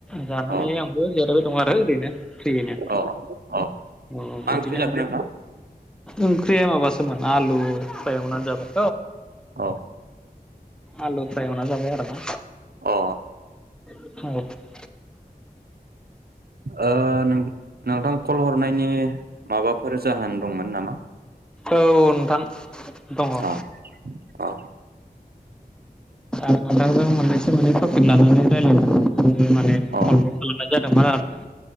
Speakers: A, in the centre; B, on the right (about 70°).
A: जानानै
B: अ
A: आंबो जेरायबाय दङो आरो ओरैनो फ्रियैनो
B: अ अ
A: अ
B: मा
A: बिदिनो।
B: ओंख्रि जाखो नोंथां
A: ओंख्रिया माबासोमोन आलु एवानो जाबाय
B: औ
A: आलु फ्राय एवना जाबाय आरोना
B: अ
A: <unintelligible>
B: ओ नोंथां कल हरनायनि माबाफोर जाहोन दंमोन नामा।
A: औ नोंथां दङ। आं
B: अ अ
A: नोंथांजो माने मोननैसो तफिक लानानै माने <unintelligible>
B: औ
A: कल खालामनाय जादोंमोन आरो